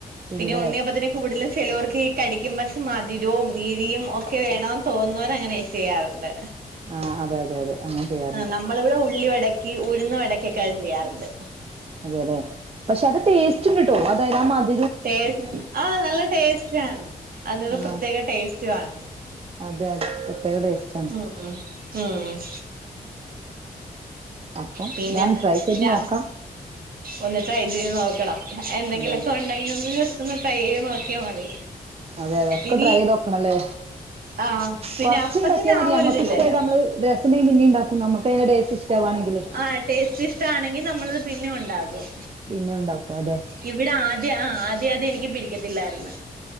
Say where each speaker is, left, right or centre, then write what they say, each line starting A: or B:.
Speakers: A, on the right (about 40°); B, on the right (about 70°).
A: ഇടൂലേ
B: പിന്നെ ഉണ്ണിയപ്പത്തിന്റെ <unintelligible> ചെലോർക്കി കടിക്കുമ്മ ശ്ശി മധുരോം ഇരീം ഒക്കെ വേണോന്ന് തോന്നുന്നോരാണേ ചെയ്യാറുണ്ട്
A: ആഹ് അതെ അതെ അതെ അങ്ങനെ ചെയ്യാറുണ്ട്
B: നമ്മളിവിടെ ഉള്ളിവടക്ക് ഉഴ്ന്ന് വടക്ക് ചെയ്യാറണ്ട്
A: അതെല്ലെ പക്ഷെ അത് ടേസ്റ്റ് കിട്ടോ അതാ <unintelligible>
B: ടേ ആ നല്ല ടേസ്റ്റാണ് <unintelligible>
A: ആഹ്
B: പ്രത്യേക ടേസ്റ്റുവാണ്
A: അതെ അതെ പ്രത്യേക ടേസ്റ്റ് ആണ്
B: ഉം ഉം
A: അപ്പം
B: പിന്നെ
A: ഞാൻ
B: <unintelligible>
A: ട്രൈ ചെയ്ത് നോക്കാം
B: ഒന്ന് ട്രൈ ചെയ്ത് നോക്കണം എന്തെങ്കിലൊക്കെ
A: അതെ അതെ
B: നീ ഒന്ന് ജെസ്റ്റ് ഒന്ന് ട്രൈ എയ്ത് നോക്കിയ മതി
A: അതെ അതെ ഒക്കെ
B: ഇനി
A: ട്രൈ ചെയ്ത് നോക്കണല്ലേ
B: ആഹ് പിന്നെ
A: കൊറച്ച്
B: അപ്പത്തിന്
A: ഇണ്ടാക്കിയാ മതി
B: ആ ഒരിതില്ലല്ലോ
A: അമ്മക്ക് ഇഷ്ടയിട്ട് നമ്മള് രസണ്ടങ്കി പിന്നെ ഇ ണ്ടാക്കും നമുക്ക് അയ്ന്റെ ടേസ്റ്റ് ഇഷ്ടവാണെങ്കില്
B: ആ ടേസ്റ്റ് ഇഷ്ടാണെങ്കിൽ നമ്മളത് പിന്നെ ഒണ്ടാക്കും
A: പിന്നെ ഉണ്ടാക്കും അതെ
B: ഇവിടെ ആദ്യ ആദ്യ ആദ്യാദ്യം എനിക്ക് പിടിക്കത്തില്ലാര്ന്ന്